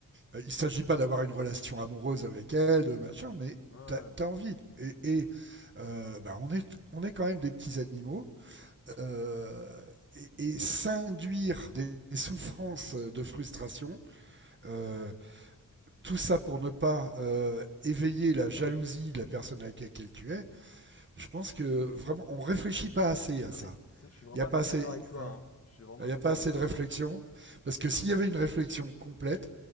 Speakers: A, on the right; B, on the left.
A: Euh, Il ne s'agit pas d'avoir une relation amoureuse avec elle, de machin, mais
B: ouais. ouais.
A: t'as
B: ouais.
A: as, envie. Et, et euh, bah on, est, on est quand même des petits animaux. Euh, et, et s'induire des souffrances de frustration, euh, tout ça pour ne pas euh, éveiller la jalousie de la personne avec laquelle tu es, je pense que vraiment on réfléchit pas assez à
B: Non,
A: ça.
B: mais tu sais, je suis vraiment
A: Il n'y a
B: assez
A: pas assez,
B: d'accord avec toi,
A: hein,
B: hein. Je suis vraiment
A: il n'y
B: assez
A: a pas
B: d'accord
A: assez
B: avec
A: de
B: toi.
A: réflexion parce que s'il y avait une réflexion complète